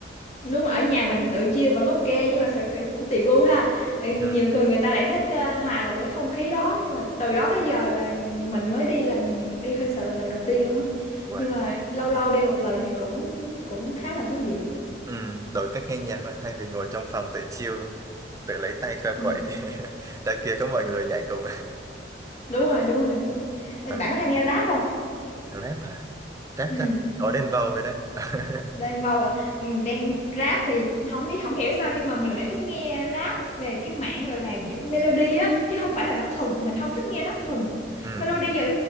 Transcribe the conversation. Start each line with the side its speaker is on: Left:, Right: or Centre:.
Left: đúng rồi ở nhà mình tự chia vẫn ok nhưng mà thật sự cũng tùy gu ha Ừ, nhiều
Right: ừ.
Left: người người ta lại thích ờ, hòa vào cái không khí đó nhưng mà từ đó tới giờ là mình mới đi lần đi concert là lần đầu tiên luôn á
Right: và
Left: nhưng mà lâu lâu đi một lần thì cũng cũng khá là thú vị
Right: ừ, đổi cách nghe nhạc thôi thay vì ngồi trong phòng tự chill tự lấy tay khoe khuẩy
Left: Ừ.
Right: thì <laughs> ra kia có mọi người nhảy cùng
Left: đúng rồi đúng rồi đúng rồi Ờ,
Right: à,
Left: bạn có hay nghe rap không
Right: rap hả rap
Left: ừ
Right: chắc có Đen Vâu rồi đấy <laughs>
Left: Đen Vâu à ừ, Đen rap thì không biết không hiểu sao nhưng mà mình lại thích nghe rap về cái mảng gọi là giống melody á chứ không phải là rap thuần mình không thích nghe rap thuần
Right: ừ.
Left: melody giờ